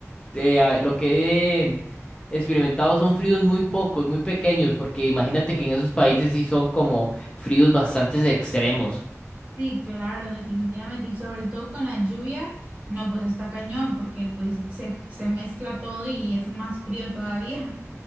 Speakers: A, on the left (about 20°); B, on the right (about 25°).
A: eh, ah, lo que he experimentado son fríos muy pocos, muy pequeños, porque imagínate que en esos países sí son como fríos bastante extremos.
B: Sí, claro, definitivamente. Y sobre todo con la lluvia, no, pues está cañón, porque pues se, se mezcla todo y es más frío todavía.